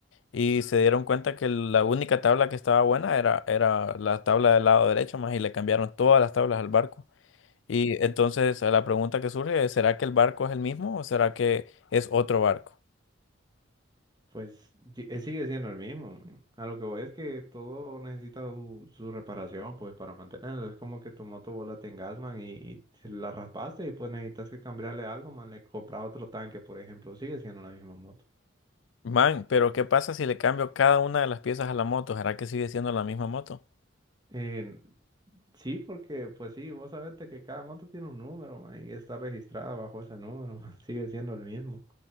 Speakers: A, on the left (about 70°); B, on the right (about 20°).
A: y se dieron cuenta que la única tabla que estaba buena era, era la tabla del lado derecho, más y le cambiaron todas las tablas al barco. Y entonces a la pregunta que surge es, ¿será que el barco es el mismo o será que es otro barco?
B: Pues sí- eh, sigue siendo el mismo. men. A lo que voy es que todo necesita su, su reparación, pues para mantenerlo. Es como que tu moto vos la tengas, man, y, y se la raspaste y pues necesitas que cambiarle algo, man. Le compras otro tanque, por ejemplo. Sigue siendo la misma moto.
A: Man, pero ¿qué pasa si le cambio cada una de las piezas a la moto? ¿Será que sigue siendo la misma moto?
B: Eh, sí, porque pues sí, vos sabés de que cada moto tiene un número, man, y está registrada bajo ese número, man. <laughs> Sigue siendo el mismo.